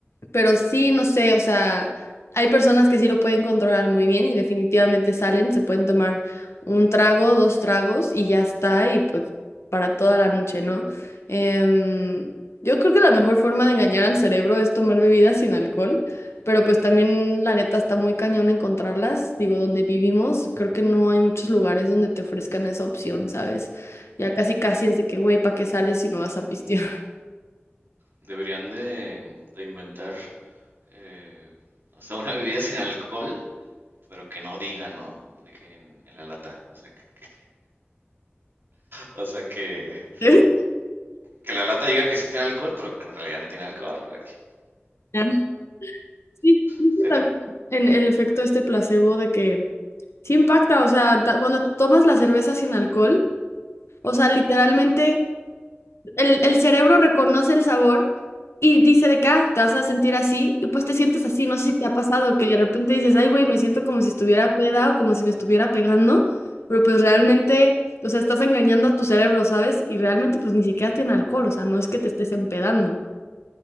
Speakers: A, on the left; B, on the right.
A: pero sí, no sé, o sea, hay personas que sí lo pueden controlar muy bien y definitivamente salen, se pueden tomar un trago, dos tragos y ya está, y pues para toda la noche, ¿no? Em, yo creo que la mejor forma de engañar al cerebro es tomar bebidas sin alcohol, pero pues también la neta está muy cañón encontrarlas, digo, donde vivimos, creo que no hay muchos lugares donde te ofrezcan esa opción, ¿sabes? Ya casi casi es de que, güey, ¿para qué sales si no vas a pistear?
B: Deberían de, de inventar eh, o sea, una bebida sin alcohol, pero que no diga, ¿no? De que en, en la lata. O sea, que, o sea que,
A: <laughs>
B: que la lata diga que sí tiene alcohol, pero que en realidad no tiene alcohol, güey.
A: <laughs> Sí, creo
B: Seré-
A: que también en el efecto este placebo de que sí impacta, o sea, ta- cuando tomas la cerveza sin alcohol, o sea, literalmente el, el cerebro reconoce el sabor y dice de acá, te vas a sentir así, y pues te sientes así, no sé si te ha pasado que de repente dices, ay, güey, me siento como si estuviera peda o como si me estuviera pegando, pero pues realmente, o sea, estás engañando a tu cerebro, ¿sabes? Y realmente pues ni siquiera tiene alcohol, o sea, no es que te estés empedando.